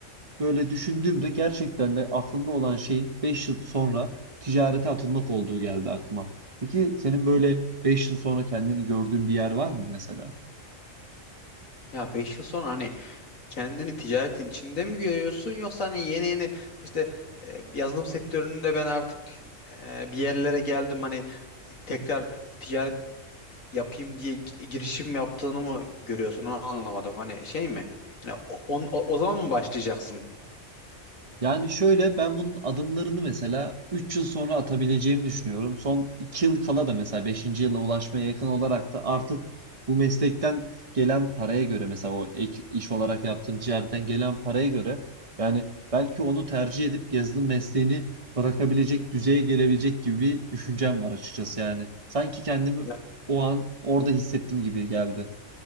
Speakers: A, on the right; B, on the left.
A: böyle düşündüğümde gerçekten de aklımda olan şeyin 5 yıl sonra ticarete atılmak olduğu geldi aklıma. Peki senin böyle 5 yıl sonra kendini gördüğün bir yer var mı mesela?
B: Ya 5 yıl sonra hani kendini ticaretin içinde mi görüyorsun yoksa hani yeni yeni işte e, yazılım sektöründe ben artık e, bir yerlere geldim hani tekrar bir ticaret yapayım diye gi- girişim yaptığını mı görüyorsun onu anlamadım. Hani şey mi? Yani o, on- o, o zaman mı başlayacaksın?
A: Yani şöyle ben bunun adımlarını mesela 3 yıl sonra atabileceğimi düşünüyorum. Son 2 yıl kala da mesela beşinci yıla ulaşmaya yakın olarak da artık bu meslekten gelen paraya göre mesela o ek iş olarak yaptığım ciğerden gelen paraya göre yani belki onu tercih edip yazılım mesleğini bırakabilecek düzeye gelebilecek gibi bir düşüncem var açıkçası yani. Sanki kendimi
B: Ya,
A: o an orada hissettiğim gibi geldi.